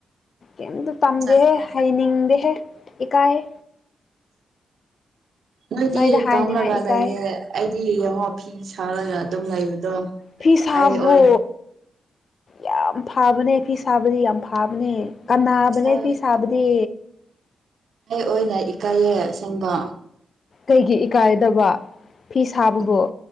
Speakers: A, on the left; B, on the right.
A: ꯀꯩꯝꯇ ꯇꯝꯗꯦꯍꯦ
B: ꯆꯠꯄ꯭ꯔꯣ
A: ꯍꯩꯅꯤꯡꯗꯦꯍꯦ ꯏꯀꯥꯏꯌꯦ
B: ꯃꯥꯏꯗꯤ
A: ꯅꯣꯏꯗ ꯍꯥꯏꯅꯤꯡꯉꯥꯏ
B: ꯇꯝꯅꯔ
A: ꯏꯀꯥꯏ
B: ꯂꯩꯌꯦ ꯀꯔꯤ ꯑꯃ ꯐꯤ ꯁꯥꯔꯒ ꯑꯗꯨꯝ ꯂꯩꯕꯗꯣ
A: ꯐꯤꯁꯕꯣ
B: ꯑꯩ ꯑꯣꯏ
A: ꯌꯥꯝ ꯐꯥꯕꯅꯦ ꯐꯤ ꯁꯥꯕꯗꯤ ꯌꯥꯝ ꯐꯥꯕꯅꯦ ꯀꯟꯅꯕꯅꯦ
B: ꯑꯩ
A: ꯐꯤ ꯁꯥꯕꯗꯤ
B: ꯑꯩ ꯑꯣꯏꯅ ꯏꯀꯥꯏꯌꯦ ꯑꯁꯦꯡꯕ
A: ꯀꯩꯒꯤ ꯏꯀꯥꯏꯗꯧꯕ ꯐꯤ ꯁꯥꯕꯕꯨ
B: ꯑꯗꯨ